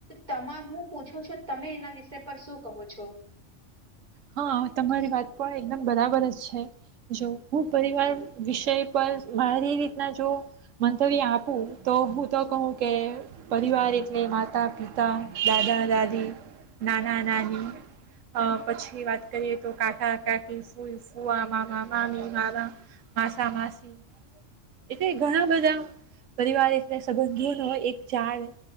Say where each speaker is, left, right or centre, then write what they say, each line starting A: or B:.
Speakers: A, on the right; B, on the right.
A: તમા હું પૂછું છું તમે એના વિષય પર શું કહો છો?
B: હા તમારી વાત પણ એકદમ બરાબર જ છે જો હું પરિવાર વિષય પર મારી રીતના જો મંતવ્ય આપું તો હું તો કહું કે પરિવાર એટલે માતા, પિતા, દાદા, દાદી, નાના, નાની અ પછી વાત કરીએ તો કાકા, કાકી, ફૂઆ, મામા, મામી, મામા, માસા, માસી એટલે ઘણા બધા પરિવાર એટલે સંબંધોનો એક ઝાડ